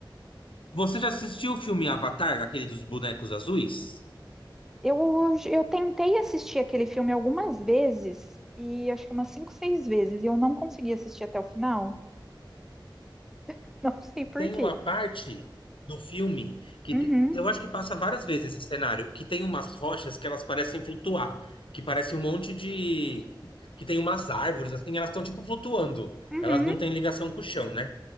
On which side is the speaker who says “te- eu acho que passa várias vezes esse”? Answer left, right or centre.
Left